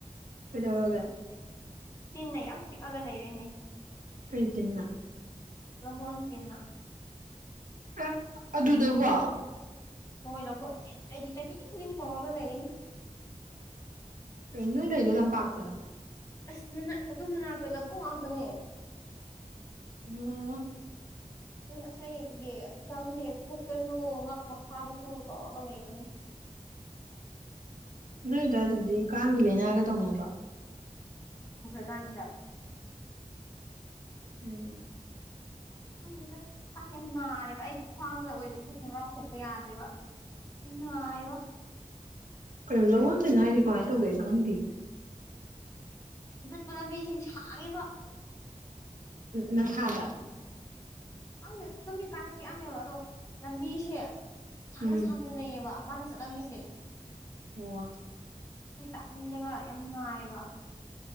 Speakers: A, on the right; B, on the left.
A: ꯀꯩꯗꯧꯔꯒꯦ
B: ꯇꯤꯟꯅ ꯌꯥꯝ ꯆꯤꯛꯑꯒ ꯂꯩꯔꯦꯅꯦ
A: ꯀꯩ ꯇꯤꯟꯅ
B: ꯂꯍꯣꯟ ꯇꯤꯟꯅ
A: ꯎꯝ ꯑꯗꯨꯗꯕꯣ
B: ꯍꯣꯏ ꯂꯤꯍꯣꯟ ꯇꯤꯟ ꯑꯩꯗꯤ ꯆꯍꯤ ꯈꯨꯗꯤꯡꯒꯤ ꯇꯧꯔꯒ ꯂꯩꯅꯤ
A: ꯀꯩꯅꯣ ꯅꯣꯏꯅ ꯂꯩꯗꯣ ꯂꯄꯥꯛꯇꯥꯔꯣ
B: ꯑꯁ ꯅꯅꯥ ꯃꯈꯣꯏ ꯃꯅꯥꯛꯇ ꯂꯧꯕꯨꯛ ꯉꯥꯛꯇꯅꯦ
A: ꯎꯝ
B: ꯍꯣꯏ ꯑꯩꯒꯤ ꯍꯛꯆꯥꯡꯁꯦ ꯄꯨꯛꯇꯁꯨ ꯉꯛ ꯃꯈꯥꯗꯁꯨ ꯇꯧꯔꯒ ꯂꯩꯔꯤꯅꯤ
A: ꯅꯣꯏ ꯑꯗꯨꯋꯥꯏ ꯗꯗꯤ ꯀꯥꯡꯒꯤ ꯂꯥꯏꯅꯥꯒ ꯇꯧꯅꯗꯔꯣ
B: ꯖꯅꯤꯗ <unintelligible>
A: ꯎꯝ
B: ꯈꯪꯗꯦꯗ ꯑ ꯌꯥꯝ ꯅꯥꯔꯦꯕ ꯑꯩꯒꯤ ꯈ꯭ꯋꯥꯡꯗ ꯑꯣꯏꯕꯒꯤ ꯈꯣꯡꯒꯔꯥꯎ ꯁꯦꯠꯄ ꯌꯥꯗ꯭ꯔꯦꯕ ꯅꯨꯉꯥꯏꯔꯣ
A: ꯀꯩꯅꯣ ꯂꯤꯍꯣꯟ ꯇꯤꯟ ꯍꯥꯏꯁꯦ ꯀꯃꯥꯏꯅ ꯇꯧꯒꯦ ꯑꯩ ꯈꯪꯗꯤꯌꯦ
B: ꯄꯥꯝꯕꯤꯁꯤ ꯁꯥꯡꯉꯦꯕ
A: ꯅ ꯁꯥꯥꯗ
B: ꯑꯩꯅ ꯇꯨꯝꯃꯤꯀꯥꯟꯗ ꯆꯤꯛꯑꯝꯃꯦꯕ ꯑꯗꯣ ꯂꯝꯕꯤꯁꯦ ꯁꯥꯡꯅ
A: ꯎꯝ
B: ꯁꯥꯡꯅ ꯂꯩꯌꯦꯕ ꯃꯥꯅ ꯆꯠꯂꯝꯃꯤꯁꯦ
A: ꯑꯣ
B: ꯇꯟꯕꯒ ꯌꯥꯝ ꯅꯥꯏꯕ